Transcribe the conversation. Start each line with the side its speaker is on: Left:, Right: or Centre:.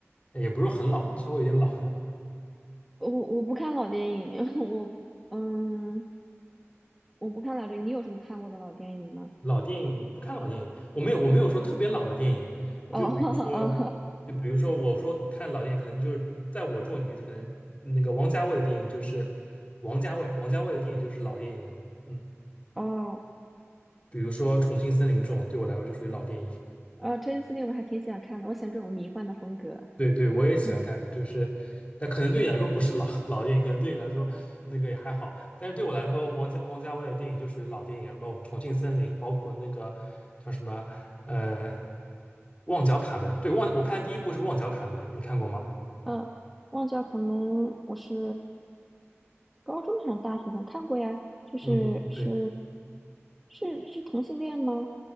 Left: 也不是很老，稍微有点老的
Centre: 我我不看老电影，<laughs> 我嗯，我不看老电影。你有什么看过的老电影吗？
Left: 老电影。不看老电影，我没有我没有说特别老的电影，
Centre: 哦
Left: 就比如说，
Centre: <laughs> 哦
Left: 就比如说我说看老电影，可能就是在我这种年纪，可能那个王家卫的电影就是王家卫，王家卫的电影就是老电影了。嗯，
Centre: 哦
Left: 比如说《重庆森林》这种，对我来说就属于老电影。
Centre: 哦，《真丝令》我还挺想看的，我喜欢这种迷幻的风格。
Left: 对对，我也喜欢看，
Centre: 嗯
Left: 就是，但可能对你来说不是老老电影，可能对你来说那个也还好，但是对我来说，王家王家卫的电影就属于老电影，什么《重庆森林》，包括那个叫什么，呃，《旺角卡门》。对，旺，我看的第一部是《旺角卡门》，你看过吗？
Centre: 嗯，忘记了卡门，我是高中还是大学上看过呀？就是是
Left: 嗯，对。
Centre: 是是同性恋吗？